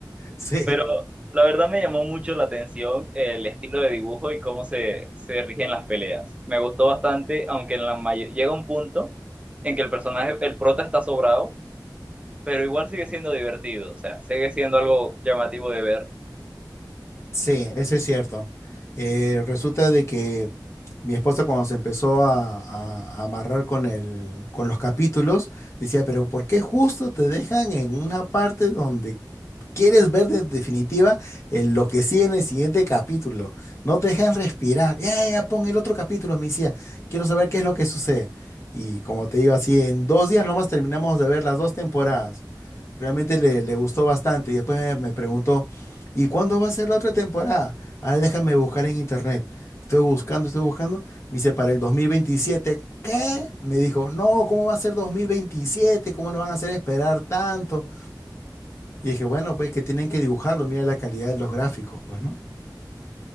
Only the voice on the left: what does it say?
sí.
Sí, eso es cierto. Eh, resulta de que mi esposa cuando se empezó a, a- a amarrar con el, con los capítulos, decía, pero ¿por qué justo te dejan en una parte donde quieres ver de definitiva el- lo que sigue en el siguiente capítulo? No te dejan respirar. Ya, ya, ya, pon el otro capítulo, me decía. Quiero saber qué es lo que sucede. Y como te digo así, en dos días nomás terminamos de ver las dos temporadas. Realmente le, le gustó bastante y después me, me preguntó, ¿y cuándo va a ser la otra temporada? A ver, déjame buscar en internet. Estoy buscando, estoy buscando. Me dice, para el dos mil veintisiete ¿Qué? Me dijo, no, ¿cómo va a ser dos mil veintisiete ¿Cómo no van a hacer esperar tanto? Y dije, bueno, pues que tienen que dibujarlo, mira la calidad de los gráficos, pues, ¿no?